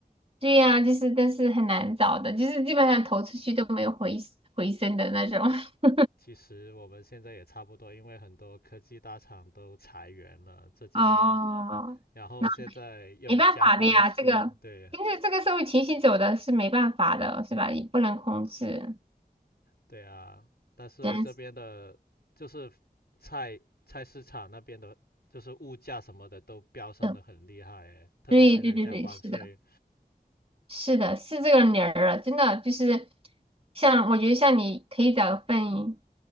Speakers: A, on the right (about 35°); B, on the left (about 75°).
A: 对呀、就是但是很难找的，就是基本上投出去都没有回回声的那种。<laughs>
B: 其实我们现在也差不多，因为很多科技大厂都裁员了这几年，
A: 哦，
B: 然后现在又加关税，
A: 那没办法的呀，这个跟着这个社会情形走的是没办法的，
B: 对
A: 是吧？也不能控制，
B: 对啊。但是这边的，
A: 真是
B: 就是菜菜市场那边的，就是物价什么的都飙升的很厉害诶，
A: 的。
B: 特别现在加关税，
A: 对对对对，是的。是的，是这个理儿了，真的就是像我觉得像你可以找一份，